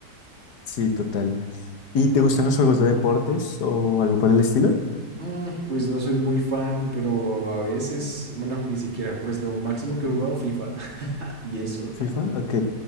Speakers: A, on the left; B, on the right.
A: Sí, total. ¿Y te gustan los juegos de deportes o algo por el estilo?
B: Mm, pues no soy muy fan, pero a veces, bueno, ni siquiera. Pues lo máximo que he jugado FIFA <laughs> y eso.
A: FIFA, ok.